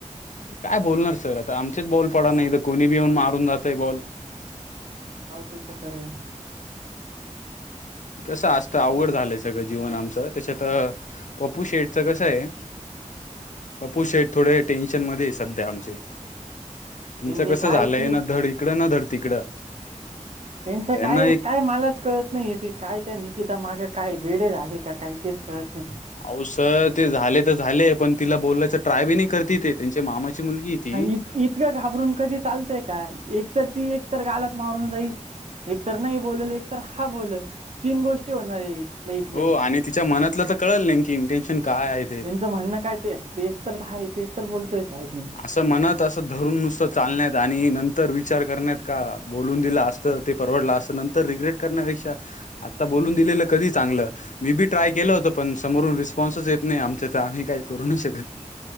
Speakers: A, on the left; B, on the right.
A: काय बोलणार सर आता आमचेच बॉल पडा नाही तर कोणी बी येऊन मारून जातय बॉल
B: ह ते ते खरे
A: कसं असतं अवघड झालंच सगळं जीवन आमचं त्याच्यात पप्पू शेडच कसं आहे अप्ू शे थोडे टेन्शन मध्ये सध्या आमचे तुमचं
B: त्यांनी
A: कसं
B: काय
A: झालंय
B: ती
A: ना धड इकडं ना धड तिकडं.
B: त्यांचं
A: त्यांना
B: काय
A: एक
B: काय मलाच कळत नाहीय तेे काय त्या नििकिल ता माग काही वेळे झाली का काही तेच कळत नाही
A: अहो सर ते झाले तर झाले पण तिला बोलायच ट्राय बी नाही करती ते त्यांची मामाची मुलगी ती
B: इतकं इतकं घाबरून कधी चालतय काय एकतर ती एकतर गालत मारून जाईल एक तर नाही बोलेल एक तर हा बोलेल तीन गोष्टी होणार आहे लईत लई
A: हो आणि तिच्या मनातलं तर कळल नाही की इंटेन्शन काय आहे ते
B: त्यांचं म्हणणं काय ते तेच तर आहे तेच तर बोलतोय साहेब मी
A: असं म्हणत असं धरून नुसतं चालण्यात आणि नंतर विचार करण्यात का बोलून दिला असत ते परवडलं असत नंतर रिग्रेट करण्यापेक्षा बोलून दिलेलं कधी चांगलं मी बी ट्राय केलं होत पण समरून स्पॉन्सस येत नाही आमच्या तर आम्ही काही करू नाही शकत